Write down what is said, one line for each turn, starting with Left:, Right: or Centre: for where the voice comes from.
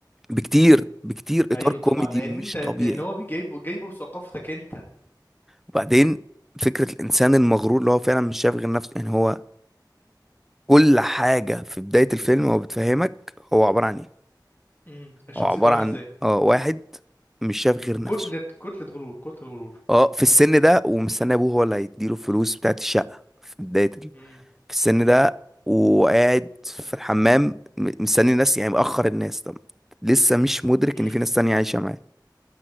Centre: بكتير بكتير
Left: ايوه
Centre: إطار كوميدي
Left: طبعا لان
Centre: مش
Left: انت لان
Centre: طبيعي
Left: هو بيجيبه جايبه بثقافتك انت
Centre: وبعدين فكرة الإنسان المغرور اللي هو فعلا مش شايف غير نفسه يعني هو كل حاجة في بداية الفيلم هو بتفهمك هو عبارة عن إيه
Left: امم الشخصيه
Centre: هو عبارة
Left: دي عامله
Centre: عن
Left: ازاي
Centre: اه واحد مش شايف غير نفسه
Left: كتله كتله غرور كتله غرور
Centre: اه في السن ده ومستني أبوه هو اللي هيديله الفلوس بتاعت الشقة في بداية ال...
Left: امم
Centre: في السن
Left: امم
Centre: ده وقاعد في الحمام م- مستني الناس يعني مأخر الناس طب لسه مش مدرك
Left: امم
Centre: إن في ناس تانية عايشة معاه